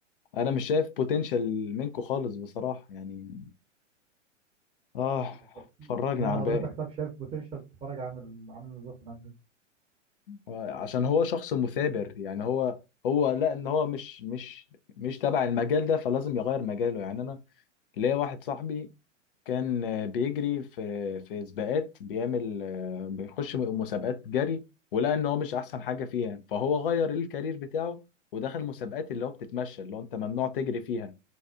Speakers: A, on the left; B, on the right.
A: انا مش شايف بوتنشال منكم خالص بصراحة يعني اه
B: طب
A: فرجني
B: اشمعنى
A: على الباقي
B: حضرتك طب شايف بوتنشال في فرج عامل عامل النظافه اللي عندنا
A: عشان هو شخص مثابر يعني هو هو لا ان هو مش مش مش تبع المجال ده فلازم يغير مجاله يعني انا ليا واحد صاحبي كان آه، بيجري في في سباقات بيعمل آه، بيخش مسابقات جري ولقى ان هو مش احسن حاجه فيها فهو غير الكارير بتاعه ودخل مسابقات اللي هو بتتمشى اللي هو انت ممنوع تجري فيها